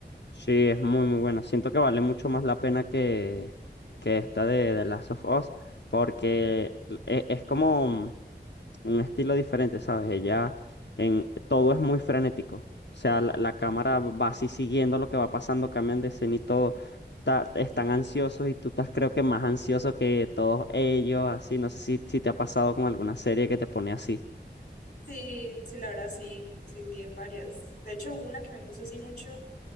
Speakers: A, on the left; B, on the left.
A: Sí, es muy muy bueno. Siento que vale mucho más la pena que, que esta de The Last of Us, porque
B: Ujú.
A: l- e- es, como mm, un estilo diferente, ¿sabes? Ella en todo es muy frenético. O sea, la, la cámara va así siguiendo lo que va pasando, cambian de escena y todo. Ta- están ansiosos y tú estás creo que más ansioso que todos ellos, así. No sé si, si te ha pasado con alguna serie que te pone así.
B: Sí, sí, la verdad sí, sí, vi en varias. De hecho, una que me puso así mucho